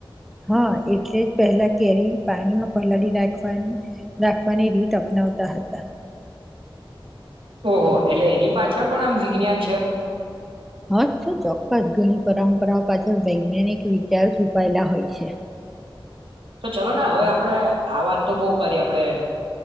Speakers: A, in the centre; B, on the right.
A: હા એટલે જ પહેલા કેરી પાણીમાં પલાળી રાખવાની રાખવાની રીત અપનાવતા હતા.
B: ઓહો એટલે એની પાછળ પણ આમ વિજ્ઞાન છે?
A: હ ચોક્કસ ઘણી પરંપરાઓ પાછળ વૈજ્ઞાનિક વિચાર છુપાયેલા હોય છે.
B: તો ચલોો ને હવે આપડણે આ વાત તો બહ કરીએ આપણેે